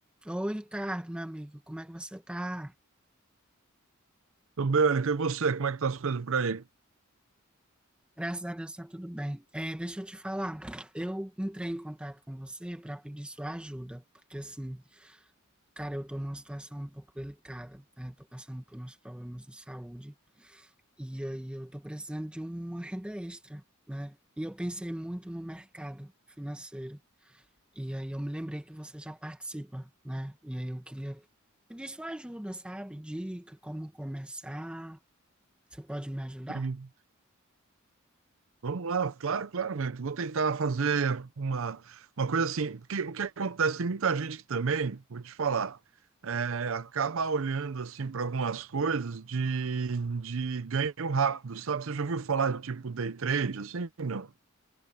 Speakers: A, in the centre; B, on the right.
A: Oi, Ricardo, meu amigo, como é que você tá?
B: Tudo bem, Wellington, e você? Como é que tá as coisas por aí?
A: Graças a Deus tá tudo bem. É, deixa eu te falar, eu entrei em contato com você para pedir sua ajuda, porque assim, cara, eu tô numa situação um pouco delicada, né? Tô passando por uns problemas de saúde e aí eu tô precisando de uma renda extra, né? E eu pensei muito no mercado financeiro e aí eu me lembrei que você já participa, né? E aí eu queria pedir sua ajuda, sabe? Dica, como começar. Você pode me ajudar?
B: Sim. Vamos lá, claro, claro, Wellington. Vou tentar fazer uma, uma coisa assim, porque o que acontece, tem muita gente que também, vou te falar, é, acaba olhando assim para algumas coisas de, de ganho rápido, sabe? Você já ouviu falar de tipo day trade, assim? Não.